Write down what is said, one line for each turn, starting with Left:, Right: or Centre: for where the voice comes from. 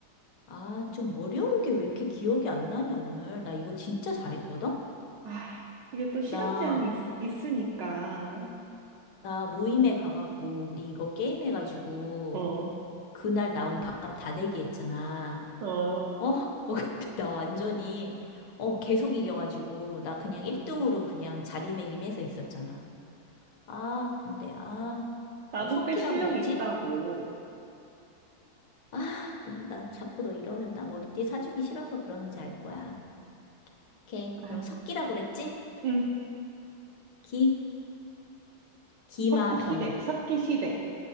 Left: 아, 좀 어려운 게 왜 이렇게 기억이 안 나냐, 오늘. 나 이거 진짜 잘했거든? 어,
Right: 아, 이게 또 시간
Left: 나,
Right: 제한이 있, 있으니까.
Left: 나 모임에 가갖고, 우리 이거 게임해가지고,
Right: 어,
Left: 그날 나온 밥값 다 내기 했잖아.
Right: 어.
Left: 어? <laughs> 어, 근데 나 완전히, 어, 계속 이겨가지고, 나 그냥 1등으로 그냥 자리매김해서 있었잖아. 아, 근데, 아,
Right: 나도
Left: 너 석기라고
Right: 꽤 실력이
Left: 그랬지?
Right: 있다고.
Left: 아, 너, 나 자꾸 너 이러면 나 머리띠 사주기 싫어서 그러는지 알 거야. 오케이.
Right: 아,
Left: 그럼 석기라고 그랬지?
Right: 응.
Left: 기, 기마병.
Right: 석기시대, 석기시대.